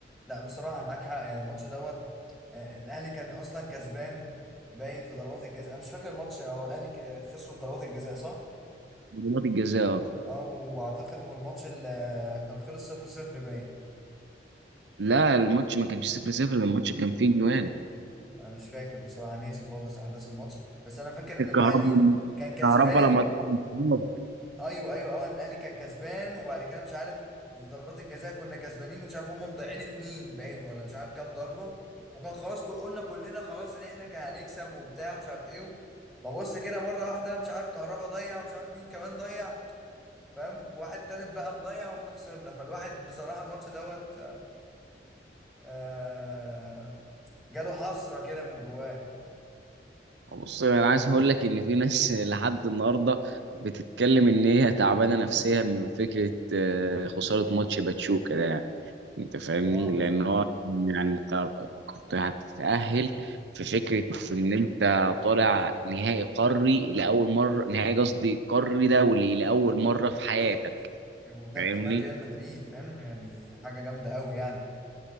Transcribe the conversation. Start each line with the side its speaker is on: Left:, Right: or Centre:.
Centre: لا بصراحه معاك حق يعني الماتش دوت آه الاهلي كان اصلا كسبان باين في ضربات الجزاء انا مش فاكر الماتش هو الاهلي ك- خسروا في ضربات الجزاء صح
Right: ضربات الجزاء اه
Centre: اه واعتقد والماتش اللي كان خلص صفر صفر باين
Right: لا الماتش ما كانش 0 0 ده الماتش كان فيه جوان
Centre: انا مش فاكر بصراحه ناسي خالص احداث الماتش بس انا فاكر ان
Right: الكهرباء
Centre: الاهلي كان كسبان
Right: الكهرباء لما اتحط الانفراد.
Centre: ايوه ايوه اه ان الاهلي كان كسبان وبعد كده مش عارف وفي ضربات الجزاء كنا كسبانين ومش عارف هم مضيعين اتنين باين ولا مش عارف كام ضربه وكان خلاص كل- قلنا كلنا خلاص ان احنا كان هنكسب وبتاع ومش عارف ايه ببص كده مره واحده مش عارف كهربا ضيع ومش عارف مين كمان ضيع فاهم واحد تالت بقى مضيع واحنا خسرنا فالواحد بصراحه الماتش دوت آه جاله حسرة كده من جواه
Right: بص انا عايز اقول لك ان في ناس <laughs> لحد النهارده بتتكلم ان هي تعبانه نفسيا من فكره آه، خساره ماتش باتشوكا ده يعني انت فاهمني
Centre: اه
Right: لان هو يعني انت كنت هتتاهل في فكره ان انت طالع نهائي قاري لاول مره نهائي قصدي قاري دولي لاول مره في حياتك
Centre: بالظبط يعني قدام
Right: فاهمني
Centre: كمان ريال مدريد فاهم يعني حاجة جامدة قوي يعني